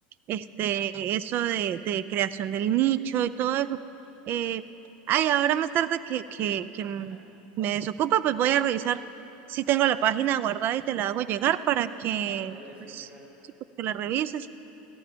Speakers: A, on the right (about 40°); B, on the right (about 25°).
A: este, eso de, de creación del nicho y todo eso. Eh, ay, ahora más tarde que, que, que mm,
B: <laughs>
A: me desocupa, pues voy a revisar si tengo la página guardada y te la hago llegar para que,
B: Vale, vale, sí,
A: pues,
B: amiga.
A: sí, pues, que la revises,